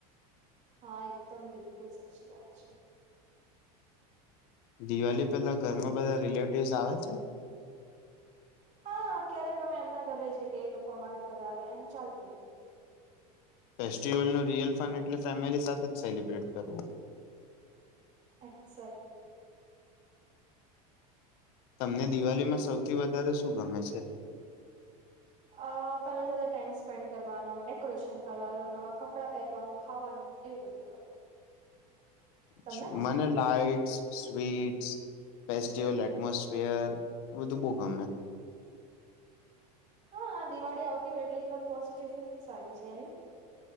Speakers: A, on the right; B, on the left.
A: હા, એકદમ બિલકુલ સાચી વાત છે.
B: દિવાલી પેલા ઘરમાં બધા રિલેટિવસ આવે છે?
A: હા, ક્યારેક અમે એમના ઘરે જઈએ એ લોકો અમારા ઘરે આવે એમ ચાલતું રે.
B: ફેસ્ટિવલનું રિયલ ફન એટલે ફેમિલી સાથે જ સેલિબ્રેટ કરવું.
A: એક્ઝેક્ટલી.
B: તમને દિવાલીમાં સૌથી વધારે શું ગમે છે?
A: અ ફેમિલી સાથે ટાઈમ સ્પેન્ડ કરવાનો ડેકોરેશન કરવાનો નવા કપડાં પહેરવાનું ખાવાનું એવું બધું ગમે
B: અચ્છા
A: તમને
B: મને લાઈટ્સ સ્વીટસ ફેસ્ટિવલ એટમોસફિયર બધું બહ ગમે
A: હા દિવાળીતી હોય એટલે એકદમ પોઝિટિવ ફિલિંગ્સ આવે છે નહી